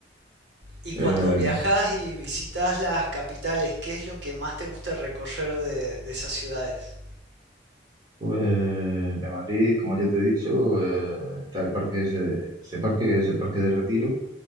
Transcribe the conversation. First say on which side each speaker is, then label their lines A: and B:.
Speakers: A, on the right (about 65°); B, on the right (about 25°).
A: Y
B: Eh,
A: cuando viajas y visitas las capitales, ¿qué es lo que más te gusta recorrer de, de esas ciudades?
B: pues de Madrid, como ya te he dicho, eh, está el parque ese, ese parque que es el Parque de Retiro,